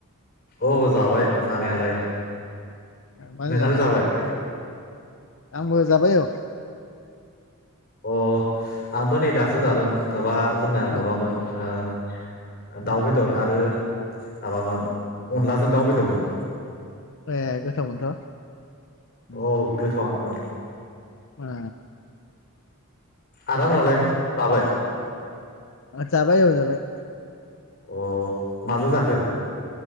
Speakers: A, on the left; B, on the left.
A: औ जाबाय जानायालाय।
B: मानो
A: नोंहालाय
B: जायाखै
A: जाबाय?
B: आंबो जाबाय औ।
A: अ आंबो नै दा सो जादों माबा जोंना
B: ओ
A: माबामोन ओ दाउ बेदर आरो माबामोन अनलाजों दाउ बेदरमोन।
B: ए गोथावमोनथ' उम।
A: औ <unintelligible>
B: वा।
A: आराम नालाय जाबाय।
B: जाबाय औ जाबाय।
A: अ माजों जाखो?